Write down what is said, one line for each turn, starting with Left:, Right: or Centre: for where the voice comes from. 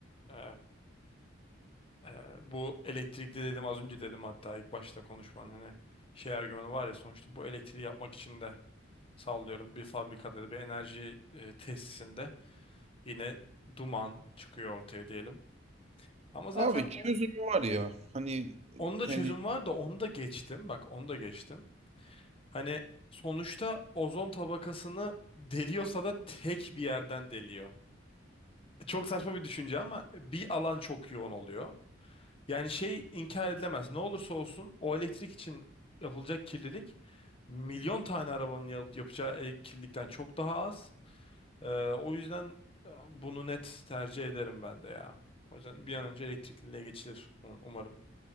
Left: e, e, bu elektrikli dedim az önce dedim hatta ilk başta konuşmanın hani şey argümanı var ya sonuçta bu elektriği yapmak için de sallıyorum bir fabrikada da bir enerji e, tesisinde yine duman çıkıyor ortaya diyelim. Ama zaten
Right: Abi çözümü
Left: o,
Right: var ya hani
Left: onun da çözüm
Right: hani
Left: var da onu da geçtim. Bak onu da geçtim. Hani sonuçta ozon tabakasını deliyorsa da tek bir yerden deliyor. Çok saçma bir düşünce ama bir alan çok yoğun oluyor. Yani şey inkar edilemez. Ne olursa olsun o elektrik için yapılacak kirlilik milyon tane arabanın yap- yapacağı ele- kirlilikten çok daha az. Ee, o yüzden e, bunu net tercih ederim ben de ya. O yüzden bir an önce elektrikliliğe geçilir um- umarım.